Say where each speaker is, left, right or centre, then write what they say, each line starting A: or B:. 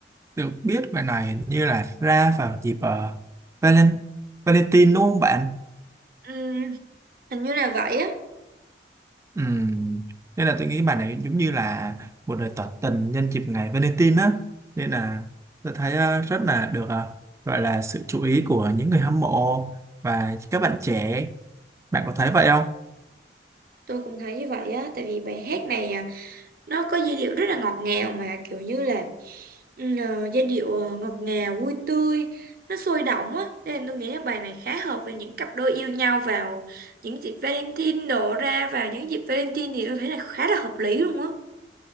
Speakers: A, on the right; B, on the right.
A: được biết bài này hình như là ra vào dịp ờ, Valen Valentine đúng không bạn?
B: Ừm, Hình như là vậy á
A: Ừ. Nên là tôi nghĩ bài này giống như là một lời tỏ tình nhân dịp ngày Valentine á nên là tôi thấy ờ, rất là được ờ, gọi là sự chú ý của những người hâm mộ và các bạn trẻ bạn có thấy vậy không?
B: Tôi cũng thấy như vậy á Tại vì bài hát này à, nó có giai điệu rất là ngọt ngào mà kiểu như là ừ, ờ, giai điệu ờ, ngọt ngào vui tươi nó sôi động á nên tôi nghĩ là bài này khá hợp với những cặp đôi yêu nhau vào những dịp Valentine đổ ra vào những dịp Valentine thì tôi thấy là khá là hợp lý luôn á